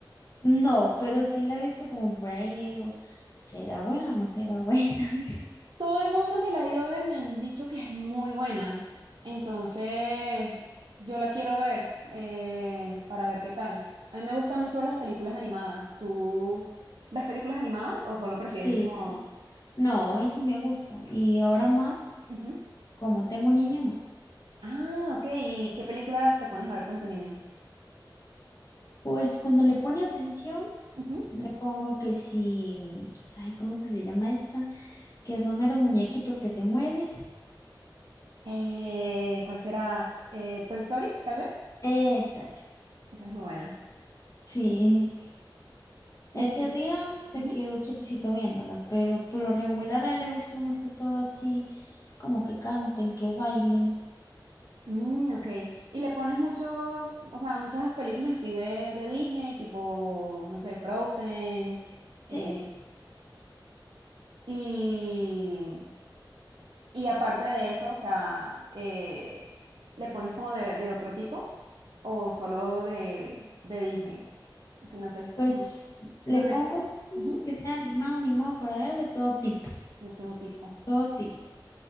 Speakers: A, on the left; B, on the right.
A: No, pero sí la he visto como por ahí. Yo digo, ¿será buena o no será buena? <laughs>
B: Todo el mundo que la ha ido a ver me han dicho que es muy buena. Entonces, yo la quiero ver eh, para ver qué tal. A mí me gustan mucho las películas animadas. ¿Tú ves películas animadas o solo prefieres
A: Sí,
B: como...
A: no, a mí sí me gusta Y ahora más,
B: Ujú.
A: como tengo un niño más,
B: Ah, ok. ¿Y qué películas te pones a ver con tu niño?
A: pues cuando le pone atención,
B: Ujú.
A: le pongo que sí, ay, ¿cómo es que se llama esta? Que son meros muñequitos que se mueven.
B: Eh, ¿cuál será? Eh, ¿Toy Story, tal vez?
A: Esa es.
B: Esa es muy buena.
A: Sí,
B: Y,
A: ese día se
B: ujú.
A: quedó quietecito viéndola, pero por lo regular a él le gusta más que todo así, como que canten, que bailen.
B: Mm, ok. ¿Y le pones muchos, o sea, muchas películas así de, de Disney, tipo, no sé, Frozen?
A: Sí,
B: eh, y, y aparte de eso, o sea, eh, ¿le pones como de, de otro tipo o solo de, de Disney? Que no sé,
A: Pues
B: no,
A: le
B: no sé.
A: pongo
B: Ujú,
A: que sea animado, animado para él de todo tipo,
B: De todo tipo.
A: todo tipo.